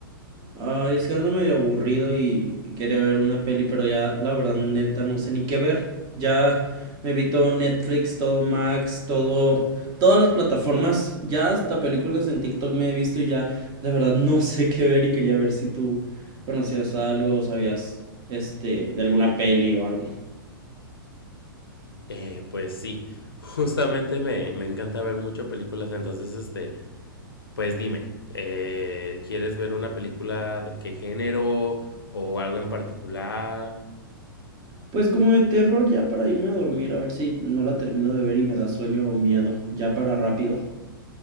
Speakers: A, on the right; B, on the left.
A: Ay, es que ando medio aburrido y quería ver una peli, pero ya la verdad neta no sé ni qué ver. Ya me vi todo Netflix, todo Max, todo todas las plataformas, ya hasta películas en TikTok me he visto y ya de verdad no <laughs> sé qué ver y quería ver si tú conocías algo, o sabías este de alguna peli o algo.
B: Eh, pues sí, <laughs> justamente me, me encanta ver mucho películas, entonces este, pues dime, eh, ¿quieres ver una película de qué género o algo en particular?
A: Pues como de terror ya para irme a dormir, a ver si no la termino de ver y me da sueño o miedo, ya para rápido.